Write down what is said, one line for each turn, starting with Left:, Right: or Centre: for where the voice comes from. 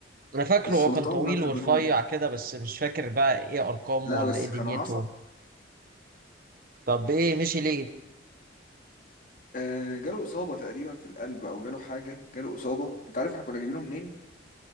Right: انا فاكره
Left: السلطان
Right: هو كان طويل
Left: ده دراجونون
Right: ورفيع كده بس مش فاكر بقى ايه ارقامه
Left: لا
Right: ولا
Left: بس
Right: ايه دنيته
Left: كان عصب
Right: طب ايه مشي ليه
Left: آه جاله إصابة تقريبا في القلب أو جاله حاجة جاله إصابة أنت عارف إحنا كنا جايبينه منين؟